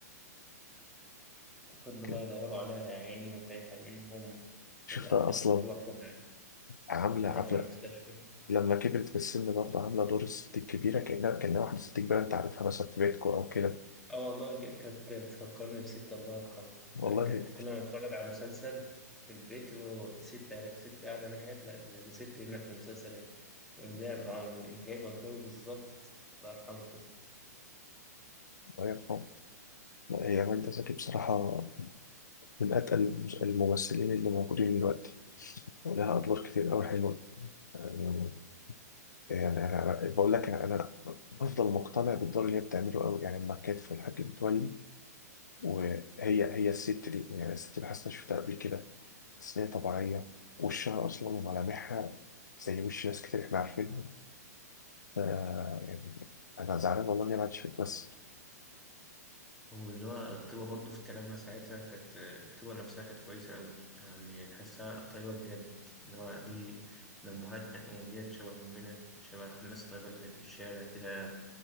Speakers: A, in the centre; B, on the left.
A: فضلوا
B: كده.
A: بقى يدوروا عليها يا عيني وتايهة منهم في
B: شفتها
A: الآخر
B: أصلا
A: في واحدة
B: عاملة
A: قابلتها
B: عاملة
A: في المستشفى
B: لما كبرت في السن برضه عاملة دور الست الكبيرة كأنها كأنها واحدة ست كبيرة أنت عارفها مثلا في بيتكو أو كده
A: اه والله بجد كانت بتفكرني بستة الله يرحمه ده
B: والله
A: كان كنا بنتفرج على المسلسل في البيت يقول دي ستة هناك ستة قاعدة هناك قاعدة لا ده ده ستة هنا في المسلسل اهي ده بقى جايبة الدور بالظبط الله يرحمك يا ستي
B: الله يرحمه لا هي ماجدة زكي بصراحة من أتقل المس- الممثلين اللي موجودين دلوقتي ولها أدوار كتير أوي حلوة يعني يعني أنا أنا- بقول لك أنا أنا بفضل مقتنع بالدور اللي هي بتعمله أوي يعني لما كانت في الحاج متولي وهي هي الست دي يعني الست اللي حاسس إني شفتها قبل كده بس هي طبيعية وشها أصلا وملامحها زي وش ناس كتير إحنا عارفينهم ف- يعني أنا زعلان والله إني ما عادش بتمثل
A: واللي هو الطيبة برضه في كلامها ساعتها كانت الطيبة نفسها كانت كويسة أوي يعني تحسها طيبة بجد اللي هو دي ده أمهاتنا وديت شبه أمنا شبه الناس الطيبة اللي في الشارع كده يعني